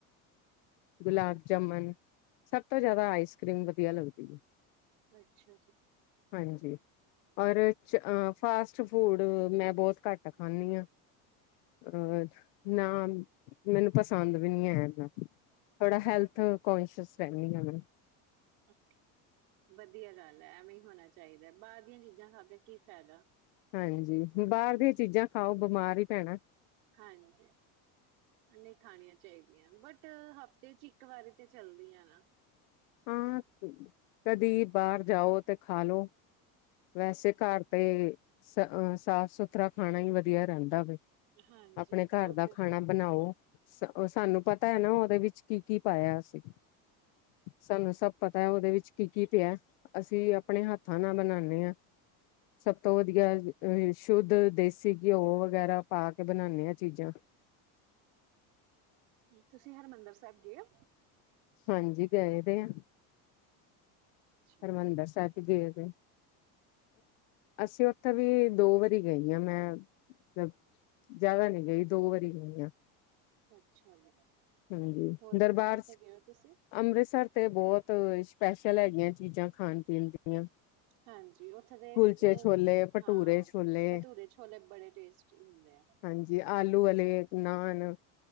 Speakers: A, on the left (about 80°); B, on the right (about 80°).
A: ਗੁਲਾਬ
B: ਅੱਛਾ
A: ਜਾਮਨ
B: ਜੀ
A: ਸਭ ਤੋਂ ਜਿਆਦਾ ਆਈਸ ਕਰ੍ਰੀਮ ਵਧੀਆ ਲੱਗਦੀ। ੀ
B: ਅੱਛਾ ਜੀ
A: ਹਾਂਜੀ, ਔਰ ਫਾਸਟ ਫੂਡ ਮੈਂ ਬਹੁਤ ਘੱਟ ਖਾਂਨੀ ਆ ਅਹ ਨਾ ਮੈਨੂੰ ਪਸੰ ਪਸੰਦ ਵੀ ਨੀ ਹੈਨਾ। ਥੋੜਾ ਹੈਲਥ ਕੋਂਸ਼ੀਅਸ ਰਹਿੰਨੀ ਹਾਂ ਮੈਂ,
B: ਓਕੇ ਵਧੀਆ ਗੱਲ ਹੈ ਐਵੇਂ ਹੋਣਾ ਚਾਹੀਦਾ, ਬਾਹਰ ਦੀਆਂ ਚੀਜ਼ਾਂ ਖਾ ਕੇ ਕੀ ਫਾਇਦਾ।
A: ਹਾਂਜੀ ਬਾਹਰ ਦੀਆਂ ਚੀਜ਼ਾਂ ਖਾਓ ਬਿਮਾਰ ਹੀ ਪੈਣਾ,
B: ਹਾਂਜੀ, ਨਹੀਂ ਖਾਣੀਆਂ ਚਾਹੀਦੀਆਂ ਬਟ ਬਟ ਹਫ਼ਤੇ ਚ ਇੱਕ ਵਾਰੀ ਤੇ ਚੱਲਦੀ ਆ ਨਾ,
A: ਹਾਂ ਕਦੀ ਬਾਹਰ ਜਾਓ ਤੇ ਖਾਲੋ, ਵੈਸੇ ਘਰ ਤੇ, ਸ ਸਾਫ਼ ਸੁਥਰਾ ਖਾਣਾ ਹੀ ਵਧੀਆ ਰਹਿੰ ਦੀ
B: ਹਾਂਜੀ
A: ਆਪਣੇ
B: ਉਹ
A: ਘਰ ਦਾ
B: ਤੇ
A: ਖਾਣਾ
B: ਹੈ
A: ਬਣਾਓ। ਉਹ ਸਾਨੂੰ ਪਤਾ ਹੈ, ਨਾ ਉਹਦੇ ਵਿੱਚ ਕੀ ਕੀ ਪਾਇਆ ਸੀ। ਸਾਨੂੰ ਸਭ ਪਤਾ ਹੈ, ਉਹਦੇ ਵਿੱਚ ਕੀ ਕੀ ਪਿਆ ਅਸੀਂ ਆਪਣੇ ਹੱਥਾਂ ਨਾ ਬਣਾਣਾ, ਸਭ ਤੋਂ ਵਧੀਆ ਅ ਸ਼ੁੱਧ ਦੇਸੀ ਘਿਓ ਵਗੈਰਾ ਪਾ ਕੇ ਬਣਾਨੇ ਹਾਂ ਚੀਜ਼ਾਂ,
B: ਤੁਸੀਂ ਹਰਿਮੰਦਰ ਸਾਹਿਬ ਗਏ ਔ।
A: ਹਾਂਜੀ ਗਏ ਤੇ ਆ
B: ਅੱਛਾ
A: ਹਰਿਮੰਦਰ ਸਾਹਿਬ, ਗਏ ਤੇ, ਅਸੀਂ ਉੱਥੇ ਵੀ ਦੋ ਵਾਰੀ ਗਈ ਹਾਂ ਮੈਂ ਮਤਲਬ ਲਬ ਜਿਆਦਾ ਨੀ ਗਈ ਦੋ ਵਾਰੀ ਗਈ ਆ।
B: ਅੱਛਾ ਜੀ
A: ਹਾਂਜੀ
B: ਹੋਰ
A: ਦਰਬਾਰ
B: ਕਿੱਥੇ-ਕਿੱਥੇ ਗਏ ਹੋ, ਤੁਸੀਂ
A: ਅੰਮ੍ਰਿਤਸਰ ਤੇ ਬਹੁਤ, ਬਹੁਤ ਸਪੈਸ਼ਲ ਹੈਗੀਆਂ ਚੀਜ਼ਾਂ ਖਾਣ ਪੀਣ ਦੀਆਂ,
B: ਹਾਂਜੀ, ਉੱਥੇ ਦੇ
A: ਕੁਲਚੇ
B: ਉਹ
A: ਛੋਲੇ ਭਟੂਰੇ
B: ਹਾਂ
A: ਛੋਲੇ
B: ਭਟੂਰੇ ਛੋਲੇ ਬੜੇ ਟੇਸਟੀ ਹੁੰਦੇ ਆ
A: ਹਾਂਜੀ ਆਲੂ ਵਾਲੇ ਨਾਨ